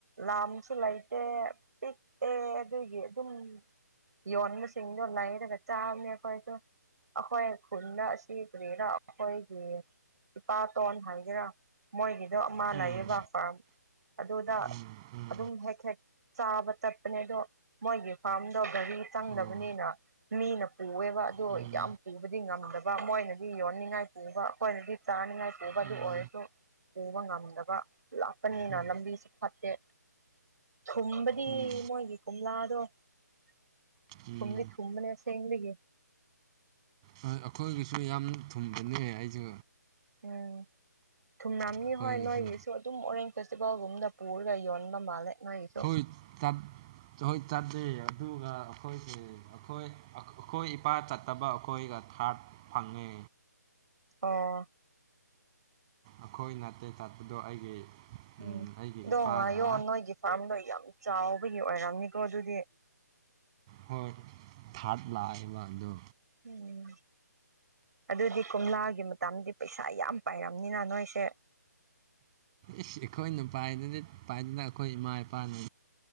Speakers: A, on the right; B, on the right.
A: ꯂꯥꯝꯁꯨ ꯂꯩꯇꯦ ꯄꯤꯛꯇꯦ ꯑꯗꯨꯒꯤ ꯑꯗꯨꯝ ꯌꯣꯟꯒꯁꯨ ꯁꯤꯡꯗꯣ ꯂꯩꯩꯔꯒ ꯆꯥꯕꯅꯦ ꯑꯈꯣꯏꯗꯣ ꯑꯩꯈꯣꯏ ꯈꯨꯟꯗ ꯑꯁꯤ ꯀꯔꯤꯔꯥ ꯑꯈꯣꯏꯒꯤ ꯏꯄꯥꯇꯣꯟ ꯍꯥꯏꯒꯦꯔꯥ ꯃꯣꯏꯒꯤ ꯑꯗꯣ ꯑꯃꯥ
B: ꯎꯝ
A: ꯂꯩꯌꯦꯕ ꯐꯥꯝ ꯑꯗꯨꯗ
B: ꯎꯝ ꯎꯝ
A: ꯑꯗꯨꯝ ꯍꯦꯛ ꯍꯦꯛ ꯆꯥꯕ ꯆꯠꯄꯅꯦ ꯑꯗꯣ ꯃꯣꯏꯒꯤ ꯐꯥꯝꯗꯣ ꯒꯥꯔꯤ ꯆꯪꯗꯕꯅꯤꯅ
B: ꯎꯝ
A: ꯃꯤꯅ ꯄꯨꯋꯦꯕ ꯑꯗꯣ
B: ꯎꯝ
A: ꯌꯥꯝ ꯄꯨꯕꯗꯤ ꯉꯝꯗ- ꯕ ꯃꯣꯏꯅꯗꯤ ꯌꯣꯟꯅꯤꯡꯉꯥꯏ ꯄꯨꯕ ꯑꯩꯈꯣꯏꯅꯗꯤ ꯆꯥꯅꯤꯡꯉꯥꯏ ꯄꯨꯕ
B: ꯎꯝ
A: ꯑꯗꯨ ꯑꯣꯏꯔꯁꯨ ꯄꯨꯕ ꯉꯝꯗꯕ ꯂꯥꯞꯄꯅꯤꯅ
B: ꯎꯝ
A: ꯂꯝꯕꯤꯁꯨ ꯐꯠꯇꯦ ꯊꯨꯝꯕꯗꯤ
B: ꯎꯝ
A: ꯃꯣꯏꯒꯤ ꯀꯣꯝꯂꯥꯗꯣ ꯊꯨꯝꯗꯤ
B: ꯎꯝ
A: ꯊꯨꯝꯕꯅꯦ ꯑꯁꯦꯡꯕꯒꯤ
B: ꯍꯣꯏ ꯑꯩꯈꯣꯏꯒꯤꯁꯨ ꯌꯥꯝ ꯊꯨꯝꯕꯅꯦ ꯑꯩꯁꯨ
A: ꯎꯝ ꯊꯨꯝꯔꯝꯅꯤ
B: ꯑꯩꯈꯣꯏꯒꯤꯁꯨ
A: ꯍꯣꯏ ꯅꯣꯏꯒꯤꯁꯨ ꯑꯗꯨꯝ ꯎꯏ ꯐꯦꯁꯇꯤꯚꯦꯜꯒꯨꯝꯕꯗ ꯄꯨꯔꯒ ꯌꯣꯟꯕ ꯃꯥꯜꯂꯦ ꯅꯣꯏꯒꯤ
B: <unintelligible> ꯆꯣꯏ ꯆꯥꯠꯂꯦ ꯑꯗꯨꯒ ꯑꯈꯣꯏꯒꯤ ꯑꯈꯣꯏ ꯑꯈꯣꯏ ꯏꯄꯥ ꯆꯠ ꯇꯕ ꯑꯩꯈꯣꯏꯒ ꯊꯥꯔꯠ ꯐꯪꯉꯦ
A: ꯑꯣ
B: ꯑꯈꯣꯏ ꯅꯠꯇꯦ ꯆꯠꯄꯗꯣ ꯑꯩꯒꯤ
A: ꯎꯝ
B: ꯑꯩꯒꯤ
A: ꯑꯗꯣ
B: ꯏꯄꯥꯒ
A: ꯉꯥꯏꯌꯣ ꯅꯣꯏꯒꯤ ꯐꯥꯔꯝꯗꯣ ꯌꯥꯝ ꯆꯥꯎꯕꯒꯤ ꯑꯣꯏꯔꯝꯅꯤꯀꯣ ꯑꯗꯨꯗꯤ
B: ꯍꯣꯏ ꯊꯥꯠ ꯂꯥꯛꯑꯦꯕ ꯑꯗꯣ
A: ꯎꯝ ꯑꯗꯨꯗꯤ ꯀꯣꯝꯂꯥꯒꯤ ꯃꯇꯗꯤ ꯄꯩꯁꯥ ꯌꯥꯝ ꯄꯥꯏꯔꯝꯅꯤꯅ ꯅꯣꯏꯁꯦ
B: ꯢꯁ ꯑꯈꯣꯏꯅꯄꯥꯥꯏꯗꯗꯤ ꯄꯥꯏꯗꯅ ꯑꯈꯣꯏ ꯏꯃꯥ ꯏꯄꯥꯅ